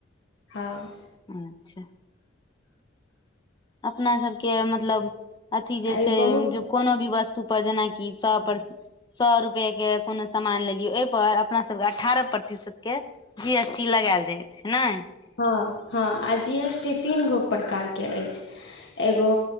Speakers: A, on the left; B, on the left.
A: हँ
B: अच्छा अपना सबके मतलब अथी जे
A: आ ई
B: छैय
A: बहुत
B: <inaudible> कोनो भी वस्तु पर जेनाकि सौ पर सौ रुपएके कोनो सामान लेलियै ओहि पर अपना सबके अठारह प्रतिशतके जी एस टी लगायल जाय छैय नै?
A: हँ हँ आ जी एस टी तीन गो प्रकार के अछि। एगो